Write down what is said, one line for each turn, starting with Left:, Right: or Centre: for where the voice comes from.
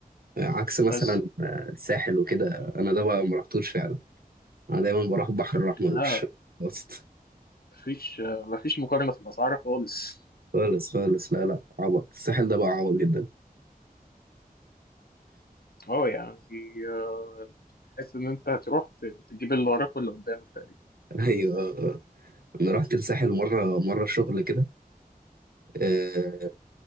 Right: آه. عكس مثلا
Left: بس
Right: آه، الساحل وكده انا ده بقى ما رحتوش فعلا انا دايما بروح البحر الاحمر
Left: لا
Right: مش وسط
Left: مفيش مفيش مقارنة في الأسعار خالص
Right: خالص خالص لا لا عبط الساحل ده بقى عبط جدا
Left: اه يعني آه، تحس إن أنت هتروح ت- تجيب اللي وراك واللي قدامك تقريبا
Right: <laughs> ايوه انا رحت الساحل مره مره شغل كده آه،